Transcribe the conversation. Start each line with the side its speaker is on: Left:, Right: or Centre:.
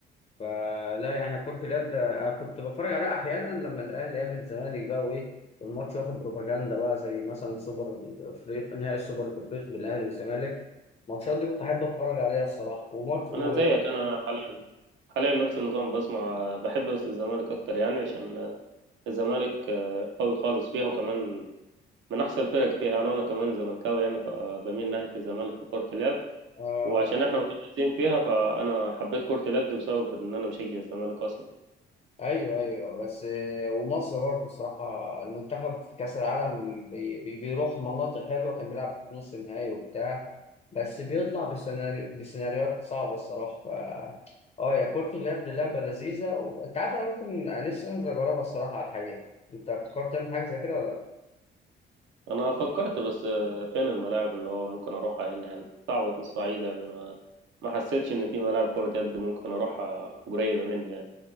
Left: فلا يعني كرة اليد أنا كنت بتفرج عليها أحيانا لما الأهلي يقابل الزمالك بقى وإيه والماتش واخد بروباجندا بقى زي مثلا سوبر الأفريقي نهائي السوبر الأفريقي بين الأهلي والزمالك الماتشات دي كنت أحب أتفرج عليها الصراحة وماتش و...
Right: انا زيك انا حاليا حاليا نفس النظام بسمع بحب بس الزمالك اكتر يعني عشان الزمالك آه، قوي خالص فيها وكمان من احسن الفرق فيها يعني انا كمان زملكاوي يعني فبميل ناحية الزمالك في كرة اليد
Left: آه
Right: وعشان احنا متميزين فيها فانا حبيت كرة اليد بسبب ان انا بشجع الزمالك اصلا
Left: ايوه ايوه بس آه، ومصر برضه الصراحه المنتخب في كاس العالم بي بي- بيروح مناطق حلوه كان بيلعب في نص النهائي وبتاع بس بيطلع بسيناريو بسيناريوهات صعبه الصراحه ف... اه يا كرة اليد لعبه لذيذه وانت عارف انا ممكن أنا نفسي انزل اجربها الصراحه على الحقيقه انت فكرت تعمل حاجه زي كده ولا لا؟
Right: انا فكرت بس آه، فين الملاعب اللي هو ممكن اروحها هنا يعني صعبة في الصعيد يعني ما ما حسيتش ان في ملاعب كرة يد ممكن اروحها قريبة مني يعني